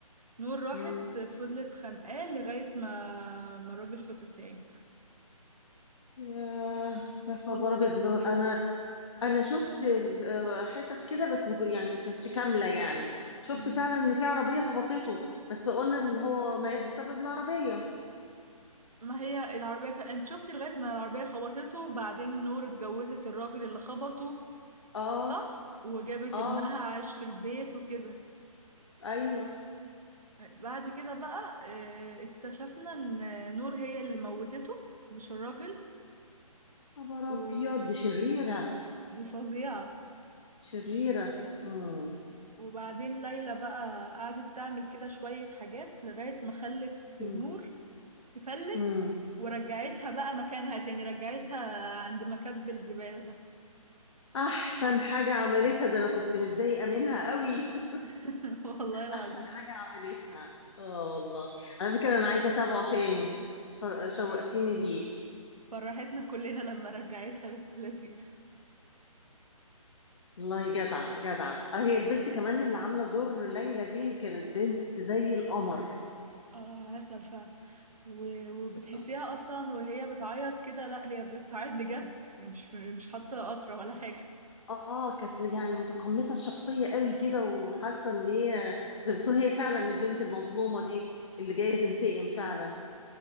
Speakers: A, on the right; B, on the left.
A: نور راحت
B: مم.
A: فضلت خانقاه لغاية ما ما الراجل فطس يعني
B: ياه يا خبر
A: والله
B: ابيض
A: العظيم
B: ما انا انا شفت آه، حتت كده بس ما كن- يعني ما كانتش كامله يعني شفت
A: مم.
B: فعلا ان في عربيه خبطته بس قلنا اللي هو مات بسبب العربيه
A: ما هي العربية ك... انت شفتي لغاية ما العربية خبطته وبعدين نور اتجوزت الراجل اللي خبطه
B: اه
A: صح وجابت
B: اه
A: ابنها عاش في البيت وكده
B: ايوه
A: بعد كده بقى آه، اكتشفنا ان نور هي اللي موتته مش الراجل
B: خبر
A: ودي
B: ابيض دي شريره
A: فظيعة
B: شريره مم.
A: وبعدين ليلى بقى قعدت تعمل كده شوية حاجات لغاية ما خلت
B: مم.
A: نور تفلس
B: مم.
A: ورجعتها بقى مكانها تاني رجعتها عند مكب الزبالة ده
B: احسن حاجه عملتها ده انا كنت متضايقه منها قوي <laughs>
A: <laughs> والله العظيم
B: احسن حاجه عملتها اه والله على فكره انا عايزه اتابعه تاني شوقتيني
A: فرحت
B: ليه
A: فرحتنا كلنا لما رجعتها بنت لذينه
B: والله جدعة جدعة اه هي البنت كمان اللي عاملة دور ليلى دي كانت بنت زي القمر
A: اه عسل فعلا و- وبتحسيها
B: كانت
A: اصلا وهي بتعيط كده لا هي بتعيط بجد هي مش مش حاطه قطره ولا حاجه
B: اه آه، كانت يعني متقمصة الشخصية قوي كده وحاسة ان هي زي ما بتكون هي فعلا البنت المظلومة دي اللي جاية
A: امم
B: تنتقم فعلا